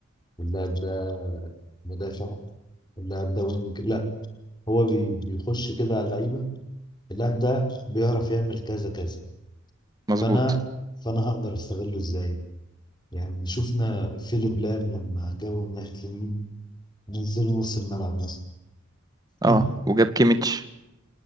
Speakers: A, on the left; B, on the right.
A: واللاعب ده مدافع واللاعب ده وينج لا هو بي- بيخش كده على اللعيبه اللاعب ده بيعرف يعمل كذا كذا
B: مظبوط
A: فانا فانا هقدر استغله ازاي يعني شفنا فيليب لام لما جابه من ناحيه اليمين نزله نص الملعب مثلا <laughs>
B: اه وجاب كيميتش